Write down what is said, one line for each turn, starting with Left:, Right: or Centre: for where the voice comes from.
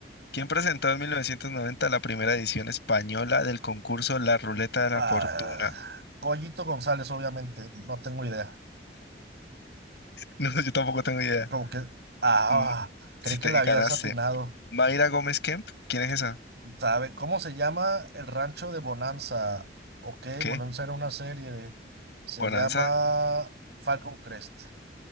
Left: ¿Quién presentó en 1990 la primera edición española del concurso La Ruleta de
Right: Ah,
Left: la Fortuna? <laughs>
Right: Goyito González, obviamente. No tengo idea.
Left: No, yo tampoco tengo idea.
Right: Como que, ah,
Left: Mm,
Right: creí
Left: Si
Right: que
Left: te
Right: la habías
Left: ganaste.
Right: atinado.
Left: Mayra Gómez Kemp, ¿quién es
Right: Que-
Left: esa?
Right: ¿Sabe cómo se llama el rancho de Bonanza? Ok,
Left: ¿Qué?
Right: Bonanza era una serie. Se
Left: ¿Bonanza?
Right: llama Falcon Crest.